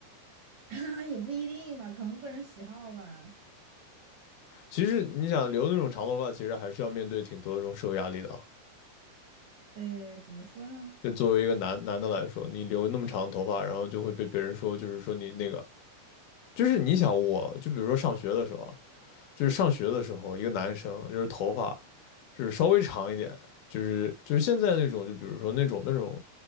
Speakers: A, on the right; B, on the left.
A: <laughs>，也不一定吧，可能个人喜好吧。
B: 其实你想留那种长头发，其实还是要面对挺多的这种社会压力的啊。
A: 呃，怎么说呢？
B: 就作为一个男男的来说，你留那么长的头发，然后就会被别人说，就是说你那个，就是你想我，就比如说上学的时候啊，就是上学的时候，一个男生就是头发就是稍微长一点，就是就是现在那种，就比如说那种那种